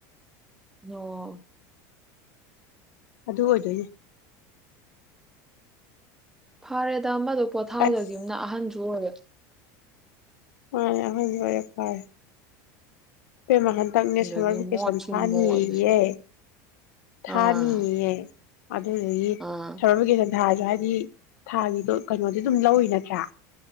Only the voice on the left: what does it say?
ꯑꯗꯨ ꯑꯣꯏꯗꯣꯏꯅꯦ
ꯑꯁ
ꯑꯍꯟꯖꯨ ꯑꯣꯏꯔꯦ ꯐꯔꯦ ꯏꯄꯦꯝꯃ ꯍꯟꯇꯛꯅꯦ
ꯁꯝꯃꯔ ꯚꯦꯀꯦꯁꯟ
ꯊꯥꯅꯤꯌꯦ
ꯊꯥꯅꯤꯌꯦ
ꯑꯗꯨꯗꯒꯤ
ꯁꯚꯔꯚꯤꯀꯦꯁꯟ ꯊꯥꯁꯨ ꯍꯥꯏꯗꯤ ꯊꯥꯒꯤꯗꯣ ꯀꯩꯅꯣꯗꯤ ꯑꯗꯨꯝ ꯂꯧꯏ ꯅꯠꯇ꯭ꯔꯥ